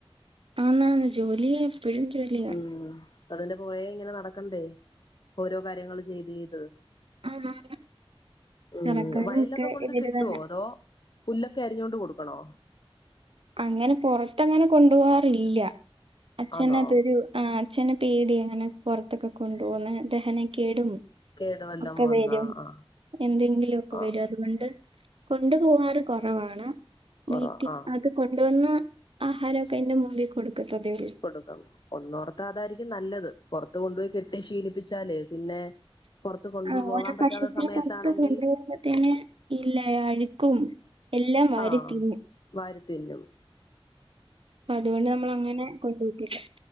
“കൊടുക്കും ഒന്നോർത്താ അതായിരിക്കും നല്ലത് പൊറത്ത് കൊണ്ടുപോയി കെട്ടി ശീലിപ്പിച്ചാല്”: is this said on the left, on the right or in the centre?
Left